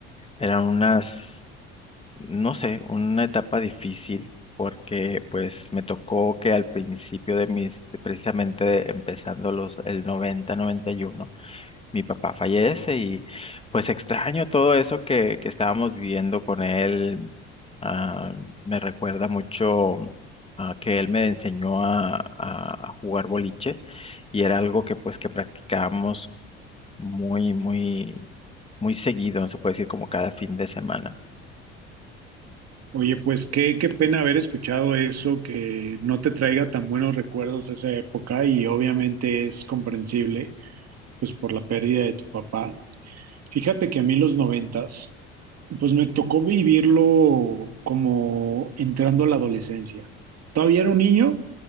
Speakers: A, on the left; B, on the right.
A: eran unas, no sé, una etapa difícil. porque pues me tocó que al principio de mis, de precisamente empezando los, el noventa noventa y uno mi papá fallece y pues extraño todo eso que, que estábamos viviendo con él. Ah, me recuerda mucho ah, que él me enseñó a, a- a jugar boliche y era algo que pues que practicábamos muy, muy, muy seguido, se puede decir como cada fin de semana.
B: Oye, pues qué, qué pena haber escuchado eso, que no te traiga tan buenos recuerdos de esa época y obviamente es comprensible, pues por la pérdida de tu papá. Fíjate que a mí los noventas, pues me tocó vivirlo como entrando a la adolescencia. Todavía era un niño,